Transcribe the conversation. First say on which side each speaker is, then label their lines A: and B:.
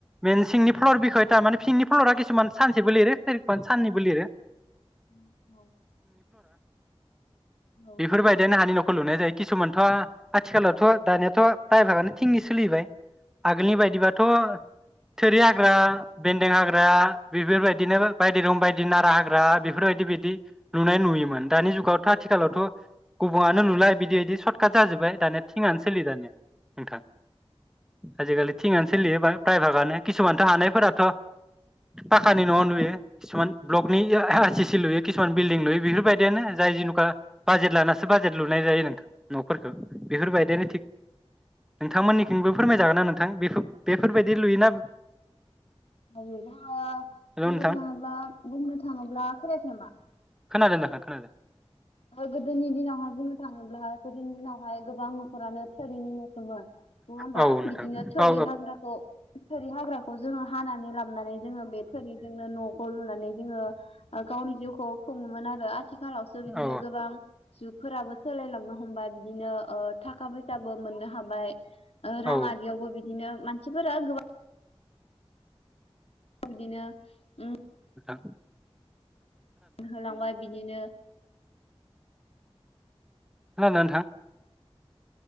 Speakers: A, in the centre; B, on the left.
A: मिनसिंनि फ्लर बिखय थामाने सिंनि फलरा किसुमान सानसेबो लिरो फेरिखन साननैबो लिरो
B: <unintelligible> औ
A: बेफोरबायदिनो हानि न'खौ लुनाय जायो । किसुमानथ' हा आथिखालाव थ' दानियाथ' प्राय फागानो थिंनि सोलिबाय । आगोलनि बायदिबाथ' थोरि हाग्रा, बेन्दों हाग्रा बेफोरबायदिनो बायदि रं बायदि दि नारा हाग्रा बेफोरबायदि बिदि नुनाय, नुयोमोन दानि जुगावथ' आथिखालावथ' गुबुङानो लुला बि दि इदि सर्ट काट जाजोबबाय दानिया थिंआनो सोलियो दानिआ । नोंथां । आजिखालि थिंआनो सोलियो । प्रायफागानो किसुमानथ' हानायफोराथ' पाखानि न'आव नुयो किसुमान ब्लकनि इओ लुयो किसुमान बिलदिं लुयो । बेफोर बायदियानो जाय जुनुखा बाजेट लाना सो बाजेट लुनाय जायो नोंथां न'फोरखौ । बेफोरबायदिनो थिग नोंथांमोननिखोनबो फोरमायजागोना नोंथां? बेफोर बेफोरबायदि लुयोना
B: बुंनो थाङोब्ला
A: हेल' नोंथां
B: बुंनो थाङोब्ला बुंनो थाङोब्ला खोनायाखै नामा?
A: खोनादों नोंथां खोनादों
B: औ गोदोनि दिनावहाय बुंनो थाङोब्ला गोदोनि दिनावहाय गोबां न'खरानो थोरिनि न'सिम । नङा होमबा?
A: औ नोंथां
B: बिदिनो थोरि
A: औ
B: हाग्राखौ थोरि हाग्राखौ अ जोंहा हानानै लाबोनै जोङो बे थोरिजोंनो न'खौ लुनानै जोङो आं ओ गावनि जिउखौ खुङोमोन आरो आथि खालावसो बिदिनो
A: औ
B: गोबां जुग फोराबो सोलायलांनो हमबाय बिदिनो ओ थाखा फैसाबो मोननो हाबाय । ओ राङारियावबो
A: औ
B: बिदिनो मानसिफोरा गोबां बिदिनो ओम
A: थां
B: होलांबाय बिदिनो
A: खोनादोंना नोंथां?